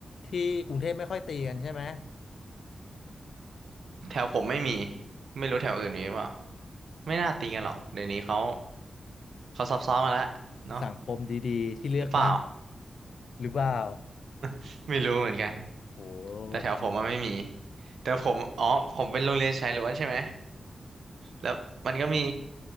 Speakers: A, on the left; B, on the right.
A: ที่กรุงเทพไม่ค่อยตีกันใช่ไหม
B: แถวผมไม่มีไม่รู้แถวอื่นมีหรือเปล่าไม่น่าตีกันหรอกเดี๋ยวนี้เขาเขาซอฟต์ๆมาแล้วเนาะ
A: สังคมดีๆที่เลือกได้
B: หรือเปล่า
A: หรือเปล่า
B: <laughs> ไม่รู้เหมือนกัน
A: โอ้โ
B: แต่แถวผมมันไม่มี
A: ห
B: แต่ผมอ๋อผมเป็นโรงเรียนชายล้วนใช่ไหมแล้วมันก็มี